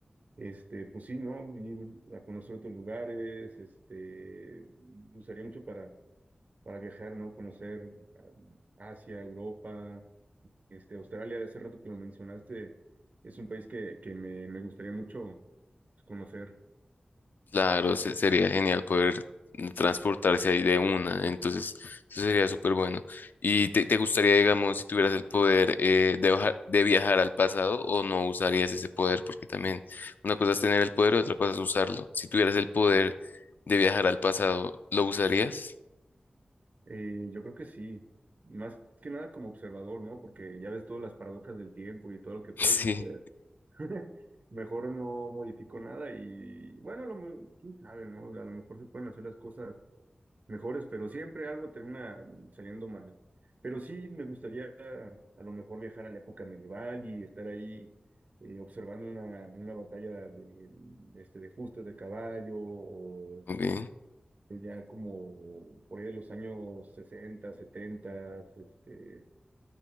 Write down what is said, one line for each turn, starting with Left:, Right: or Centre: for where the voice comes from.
Right: este, pues sí, ¿no? Ir a conocer otros lugares, este, usaría mucho para para viajar, ¿no? Conocer ah, Asia, Europa, este, Australia, ese rato que lo mencionaste, es un país que, que me, me gustaría mucho pues, conocer.
Left: Claro, se- sería genial poder transportarse ahí de una, entonces eso sería súper bueno. ¿Y te, te gustaría, digamos, si tuvieras el poder eh, de, oja- de viajar al pasado o no usarías ese poder? Porque también una cosa es tener el poder y otra cosa es usarlo. Si tuvieras el poder de viajar al pasado, ¿lo usarías? <laughs>
Right: Eh, yo creo que sí, más que nada como observador, ¿no? Porque ya ves todas las paradojas del tiempo y todo lo que puede
Left: Sí,
Right: suceder. <laughs> Mejor no modifico nada y bueno, a lo, me- quién sabe, ¿no? A lo mejor se pueden hacer las cosas mejores, pero siempre algo termina saliendo mal. Pero sí me gustaría a lo mejor viajar a la época medieval y estar ahí eh, observando una, una batalla de, este, de justas de caballo o
Left: ok.
Right: ya como por ahí de los años 60, 70, este,